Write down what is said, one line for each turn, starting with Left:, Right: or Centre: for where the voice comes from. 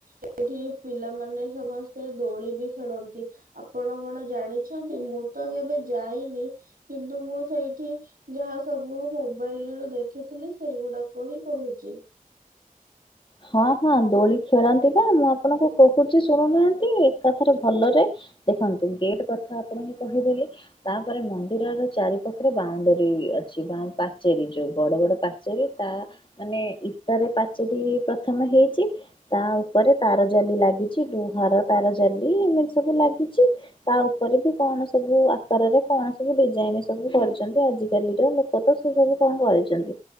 Right: ଏଇଠି ପିଲାମାନେ ସମସ୍ତେ ଦୋଳି ବି ଖେଳନ୍ତି ଆପଣ କଣ ଜାଣିଛନ୍ତି? ମୁଁ ତ କେବେ ଯାଇନି। କିନ୍ତୁ ମୁଁ ସେଇଠି ଯାହା ସବୁ ମୋବାଇଲ ରୁ ଦେଖିଥିଲି, ସେଇଗୁଡାକ ହିଁ କହୁଚି।
Left: ହଁ, ହଁ ଦୋଳି ଖେଳନ୍ତି ବା, ମୁଁ ଆପଣଙ୍କୁ କହୁଛି ଶୁଣୁନାହାନ୍ତି, ଏକାଥରେ ଭଲରେ। ଦେଖନ୍ତୁ ଗେଟ୍ କଥା ଆପଣଙ୍କୁ କହିଦେଲି। ତାପରେ ମନ୍ଦିରର ଚାରି ପାଖରେ ବାଉଣ୍ଡେରୀ ଅଛି ବା ପାଚେରୀ ଯୋଉ ବଡ ବଡ ପା ଚେରୀ ତା ମାନେ ଇଟାରେ ପାଚେରୀ ପ୍ରଥମେ ହେଇଛି। ତା ଉପରେ ତାର ଜାଲି ଲାଗିଛି, ଘର ତାର ଜାଲି ଏମିତି ସବୁ ଲାଗିଛି। ତା ଉପରେ ବି କଣ ସବୁ ଆକାରରେ କଣ ସବୁ ଡିଜାଇନ ସବୁ କରୁଛନ୍ତି ଆଜିକାଲିର ଲୋକ। ତ ତ ସେ ସବୁ କଣ କରିଛନ୍ତି